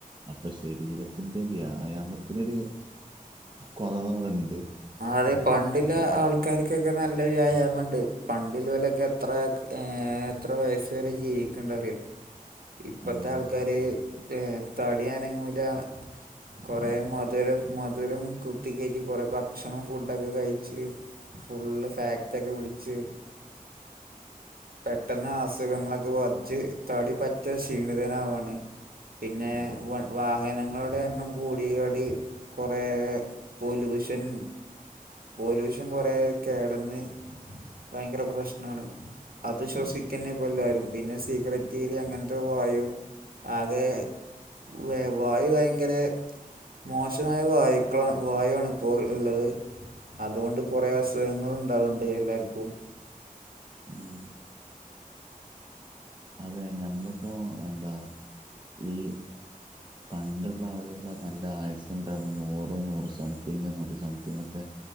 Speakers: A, on the right; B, on the right.
A: അപ്പൊ ശരീരത്തിന്റെ വ്യായാമത്തിനൊര് കൊറവ് അവ്ടെണ്ട്
B: ആഹ് അതെ പണ്ട്ല്ലെ ആൾ ക്കാര്ക്കൊക്കെ നല്ല വ്യായാമണ്ട് പണ്ട്ല്ലോലൊക്കെ എത്രാക് ഏ എത്ര വയസ് വരെ ജീവി ക്ക്‌ണ്ട് അറിയോ
A: <inaudible>
B: ഇപ്പത്തെ
A: അതെ
B: ആൾക്കാര് എഹ് തടി അനങ്ങൂല്ല കൊറേ
A: ആ
B: മദ് ധ് രം മധുരം കുത്തിക്കേറ്റി കൊറെ ഭ ക്ഷണം ഫുഡൊക്കെ കഴിച്ച് ഫുള്ള് ഫാറ്റ് ഒക്കെ പിടിച്ച്. പെട്ടെന്ന് അസ് സുഖങ്ങളൊക്കെ ബാധിച്ച് തടി പറ്റെ ക്ഷീണിതനാവാണ് പിന്നെ
A: അതെ
B: വ വാഹനങ്ങളുടെ എണ്ണം കൂടിയോടി കൊറേ പൊല്യൂഷൻ പോല്യൂഷൻ കൊറേ അഹ് കെടന്ന് ഭയങ്കര പ്രശ്നാണ്. അത് ശ്വസിക്കെന്നെ
A: ഉം.
B: ഇപ്പൊ എല്ലാരും പിന്നെ സിഗരറ്റ്ല് അങ്ങൻത്തെ വായു ആകെ വ വായു ഭയങ്കര മോശമായ വായുക്കളാണ് വായു ആണ് ഇപ്പോൾ ഇള്ളത് അത്കൊണ്ട് കൊറേ അസുഖങ്ങൾ ഉണ്ടാവ്ണ്ട് എല്ലാർക്കും.
A: ഉം അതെ ഞമ്മളിപ്പോ എന്താ ഈ പണ്ട്ള്ള ആള്കൾക്ക് ന്നർഞ്ഞാ നല്ല ആയുസ്സുണ്ടായിരുന്നു നൂറും നൂറ് സംതിങ് നൂറ്റി സംതിങ്ഒക്കെ